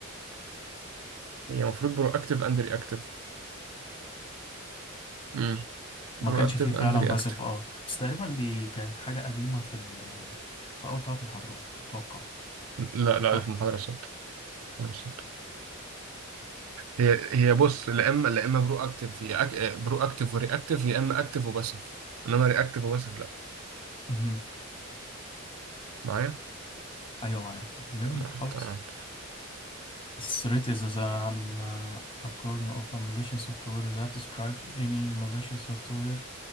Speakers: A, on the right; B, on the left.
A: هي المفروض برو اكتيف اند رياكتيف امم برو
B: ما كانش
A: اكتيف
B: فيه فعلا
A: اند رياكتيف
B: باسف اه بس تقريبا دي كانت حاجه قديمه في ال... في اول ثلاث محاضرات اتوقع
A: لا لا
B: صح
A: في المحاضرة الصوت هي هي بص لا اما لا اما برو اكتف هي أك... برو اكتف وري اكتف يا اما اكتف وباسف انما ري اكتف وباسف لا
B: امم
A: معايا
B: أيوة معاك جميل
A: تمام
B: خلاص
A: تمام
B: Threat is as an uh, a kernel of a malicious software that describes any malicious software